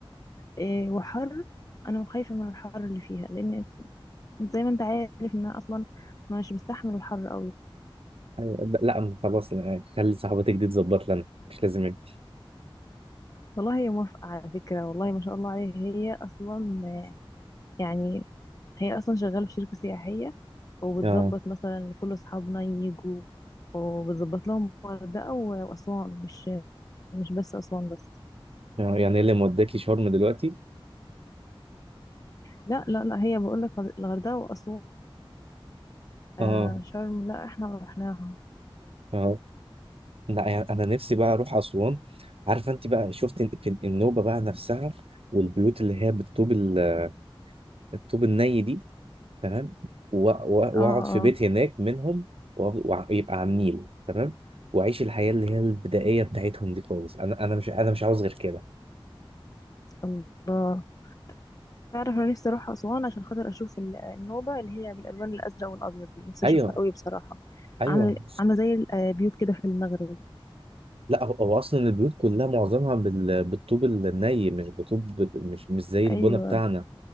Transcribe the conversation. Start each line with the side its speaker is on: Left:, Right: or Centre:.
Left: آه، وحر انا خايفه من الحر اللي فيها لان زي ما انت عارف ان انا اصلا مش بستحمل الحر قوي
Right: أيوة، ب- لا خلاص آه، خلي صاحبتك دي تظبط لنا مش لازم انت
Left: والله هي موافقه على فكره والله ما شاء الله عليها هي اصلا يعني هي اصلا شغاله في شركه سياحيه وبتظبط
Right: اه
Left: مثلا كل اصحابنا يجوا وبتظبط لهم الغردقه و- واسوان مش مش بس اسوان بس
Right: آه، يعني إيه اللي موداكي شرم دلوقتي
Left: لا لا لا هي بقول لك الغردقه واسوان
Right: اه
Left: آه شرم لا احنا رحناها
Right: اه لا يعني انا نفسي بقى اروح اسوان عارفة انت بقى شفت إن- في النوبة بقى نفسها والبيوت اللي هي بالطوب ال- الطوب الني دي تمام و- و-
Left: اه
Right: واقعد في
Left: اه
Right: بيت هناك منهم ويبقى على النيل تمام واعيش الحياه اللي هي البدائيه بتاعتهم دي خالص انا انا مش انا مش عاوز غير كده
Left: الله تعرف انا نفسي اروح اسوان عشان خاطر اشوف ال- النوبه اللي هي بالالوان الازرق والابيض دي نفسي
Right: ايوه
Left: اشوفها قوي بصراحه
Right: ايوه
Left: عامله عامله زي البيوت كده في المغرب
Right: لا هو هو اصلا البيوت كلها معظمها بال... بالطوب الني مش بطوب مش مش زي البنا
Left: ايوه
Right: بتاعنا